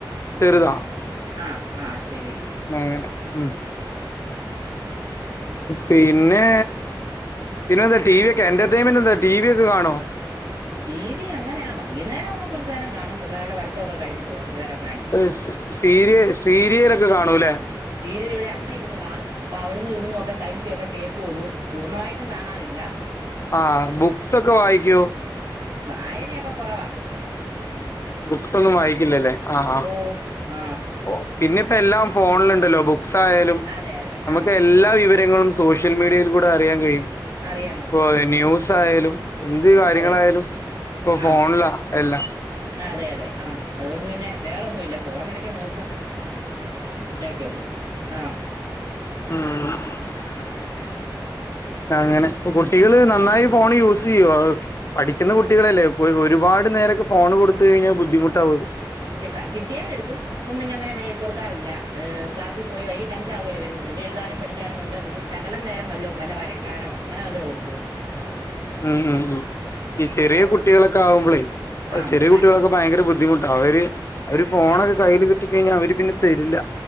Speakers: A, on the left; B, on the right.
A: ചെറുതാ
B: ആഹ് ആഹ് ശെരി.
A: അങ്ങനെ ഉം
B: ആഹ്
A: പിന്നെ പിന്നെ എന്താ ടി വി യൊക്കെ എന്റർടൈൻമെന്റ് എന്താ ടി വി യൊക്കെ കാണോ?
B: ടി വി അങ്ങനെ വൈന്നേരം ഒക്കെകൊറച്ച് നേരം കാണും പിള്ളാര്ടെ പഠ്ത്തം ഒക്കെ കഴ്ഞ്ട്ട് കൊറച്ച്നേരംകാണും
A: എ സ് സീരിയ സീരിയലൊക്കെ കാണൂലേ?
B: സീരിയൽ ഇവ്ടെ അമ്മ ഇര്ന്ന് കാണും അപ്പ അവ്ട്‌ന്ന് ഇവ്ട്‌ന്നൊക്കെ ശകലിച്ചൊക്കെ കേക്കെള്ളൂ പൂർണ്ണമായ്ട്ടും കാണാറില്ല.
A: ആഹ് ബുക്സൊക്കെ വായ്ക്കോ?
B: വായനയൊക്കെ കൊറവാ.
A: ബുക്സ് ഒന്നും വായിക്കില്ലലേ ആഹ് ആഹ്.
B: ഓ ആഹ്
A: ഫോ പിന്നെപ്പോ എല്ലാം ഫോണില്ണ്ടല്ലോ ബുക്സായാലും
B: അതെ അതെ
A: നമക്ക്
B: ആഹ്
A: എല്ലാ
B: ഫോൺ
A: വിവ ര്യങ്ങളും സോഷ്യൽ മീഡിയൽ കൂടെ അറിയാൻ കഴിയും.
B: അറിയാൻ പറ്റും
A: പ്പോ
B: ഉം
A: ന്യൂസ് ആയാലും എന്ത് കാര്യങ്ങളായാലും.
B: അതെ
A: ഇപ്പോ ഫോണിലാ
B: ആഹ്
A: എല്ലാം.
B: ആഹ് അതെയതെ ആ തോണ്ട് പിന്നെ വേറെന്നുല്ല ഫോണെടയ്ക്ക് നോക്കും. ഒറ്റക്കൊള്ളൂ ആഹ്.
A: ആഹ് അങ്ങനെ കുട്ടികള് നന്നായി ഫോണ് യൂസ് ചെയുവോ പഠിക്കുന്നകുട്ടികളല്ലേ?
B: ആഹ്
A: ഒര്പാട് നേരക്കെ ഫോൺ കൊടുത്ത കഴിഞ്ഞാ ബുദ്ധിമുട്ടാവു
B: ഇല്ല കൈ കിട്ടിയാല് എട്‌ക്കും. ഇപ്പം പിന്നെങ്ങനെ മേല് കൊടുക്കാറില്ല ഏഹ് ക്ലാസി പോയി വൈക്കിട്ട് അഞ്ചാവും വരുമ്പോ പിന്നെഴുതാ പഠിക്കാനും ഉണ്ട് പിന്നെ ശകലം നേരം വല്ലോ വല്ല വരക്കാനോ അങ്ങനെ വല്ലോകൊടുക്കും
A: ഉം ഉം ഉം ഈ ചെറിയ
B: അല്ലാതെ
A: കുട്ടികളൊക്കെ ആവുമ്പോളേ
B: ആ
A: ചെറിയ
B: കൺ
A: കുട്ടികളൊക്കെ ഭയങ്കര ബുദ്ധിമുട്ടാ അവര് അവര് ഫോണൊക്കെ
B: കൺ
A: കയ്യില് കിട്ടിക്കഴിഞ്ഞാൽ അവര് പിന്നെ തരില്ല.